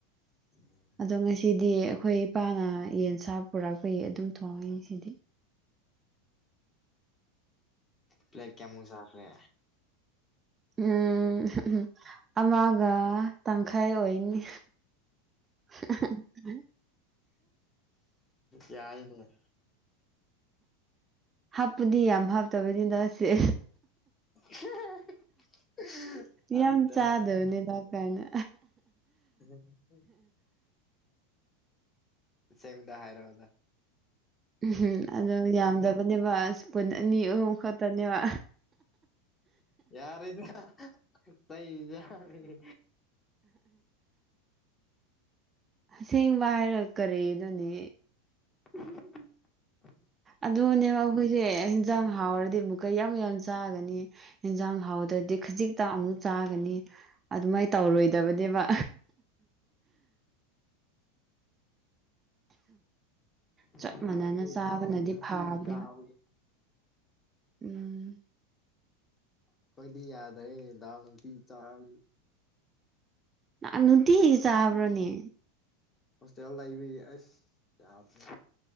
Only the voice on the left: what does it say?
ꯎꯝ
ꯄ꯭ꯂꯦꯠ ꯀꯌꯥꯃꯨꯛ ꯆꯥꯈ꯭ꯔꯦ
ꯌꯥꯢꯌꯦ ꯗꯨꯝ
<unintelligible>
ꯑꯗꯥ
<unintelligible> ꯑꯁꯦꯡꯕꯗ ꯍꯥꯏꯔꯛꯑꯣꯗ
ꯌꯥꯔꯦꯗ ꯆꯩ ꯆꯥꯒꯅꯤ
<unintelligible>
<inaudible> ꯌꯥꯗ꯭ꯔꯦ
ꯗꯥꯎ ꯅꯨꯡꯇꯤ
ꯀꯥꯕꯒꯤ
ꯑꯈꯣꯏꯗꯤ ꯌꯥꯗ꯭ꯔꯦ ꯗꯥꯜ ꯅꯨꯡꯇꯤ ꯆꯥꯕꯒꯤ
ꯍꯣꯁꯇꯦꯜ ꯂꯩꯕꯒꯤ ꯑꯩꯁ ꯌꯥꯗ꯭ꯔꯦ